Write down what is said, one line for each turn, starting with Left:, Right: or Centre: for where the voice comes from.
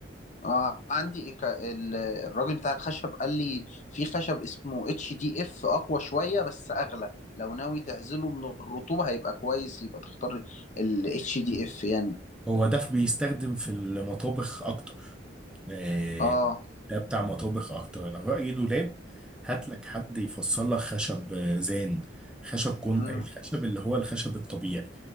Left: اه عندي إيكا- ال- الراجل بتاع الخشب قال لي في خشب اسمه اتش دي اف اقوى شويه بس اغلى لو ناوي تعزله من الرطوبه هيبقى كويس يبقى تختار ال اتش دي اف يعني
Centre: هو ده بيستخدم في المطابخ أكتر آه،
Left: اه
Centre: ده بتاع مطابخ أكتر أنا رأيي دولاب هات لك حد يفصل لك خشب آه، زان خشب كون
Left: امم
Centre: الخشب اللي هو الخشب الطبيعي